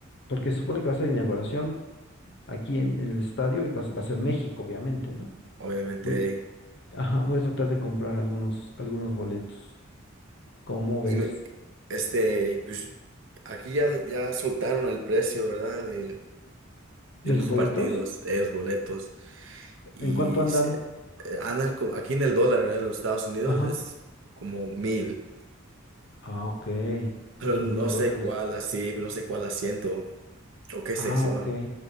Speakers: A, on the left (about 55°); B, on the right (about 65°).
A: porque se supone que va a ser inauguración aquí en, en el estadio y va, a ser- va a ser México, obviamente, ¿no?
B: obviamente.
A: Voy, ajá, voy a tratar de comprar algunos, algunos boletos. ¿Cómo ves?
B: Y me- este, pues, aquí ya, ya soltaron el precio, ¿verdad? De,
A: ¿De
B: de unos
A: los boletos?
B: partidos, de los boletos. Y
A: ¿En cuánto andan?
B: se- eh, andan como, aquí en el dólar, ¿verdad? En los Estados Unidos
A: Ajá.
B: es como mil.
A: Ah, ok.
B: pero
A: O sea,
B: no
A: mil dólares.
B: sé cuál así, no sé cuál asiento o qué
A: Ah,
B: sección.
A: ok.